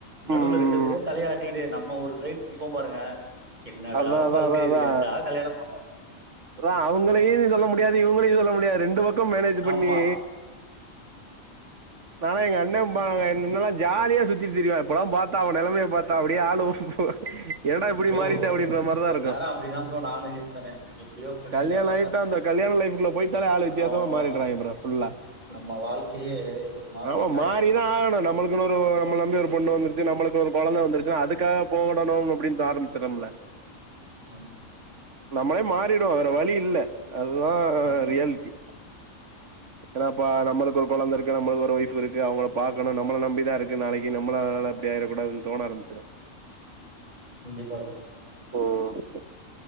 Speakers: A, on the right; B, on the right.
A: நடுவுல
B: ம்,
A: ரெண்டு சைட் தலையாட்டிட்டே நம்ம ஒரு சைட் நிப்போ பாருங்க என்னடா
B: அதா அதா
A: வாழ்கை
B: அதா அதா
A: இது ஏன்டா கல்யாணோ பண்ணோ
B: அதா அவங்களையு நீ சொல்ல முடியாது இவங்களையு சொல்ல முடியாது ரெண்டு பக்கோ மேனேஜ் பண்ணி
A: ஆமா
B: நாலா எங்க அண்ண பாக முன்னெல்லா ஜாலியா சுத்திட்டு திரியுவா இப்பல்லா பாத்தா அவ நெலமைய பாத்த அப்டியே ஆளுவோ ஓ என்னடா இப்பிடி
A: ப்ரோ
B: மாறிட்டே
A: ஒரு
B: அப்படின்ற மாரிதா
A: ஒரு
B: இருக்கு
A: நேரோ அப்டிதா ப்ரோ நானு இருந்தனே எப்டியோ ஃப்ரெண்டுங்க
B: கல்யாணோ
A: பசங்க
B: ஆயிட்டா அந்த கல்யாணோ லைஃப்குள்ள போயிட்டாலே ஆளு வித்தியசமா
A: ஆமா
B: மாறிடுறாங்க ப்ரோ ஃபுல்லா
A: நம்ம வாழ்க்கையே ஒரு மாதிரி
B: ஆமா
A: ஆயிடு
B: மாறிதா ஆகணு நம்மளுக் இக்கனோரு நம்மள நம்பி ஒரு பொண்ணு வந்துருச்சு நம்மளுக்கு ஒரு கொழந்த வந்துருச்சு அதுக்காக போடணுன்னு அப்படின்னு ஆரம்மிச்சுறம்ள
A: ஆமா
B: நம்மளே மாறிடுவோ வேற வழி இல்ல அதுதா
A: ம்
B: ரியாலிட்டி ஏன்னாப்பா நம்மளுக்கு ஒரு கொழந்தருக்கு நம்மளுக்கு ஒரு ஒய்ஃப் இருக்கு அவுங்கள பாக்கனு நம்மள நம்பிதா இருக்கு நாளைக்கி நம்மளனால இப்பிடி ஆயிடக் கூடதுன் தோன ஆரம்மிச்சுரு
A: கண்டிப்பா ப்ரோ
B: ம்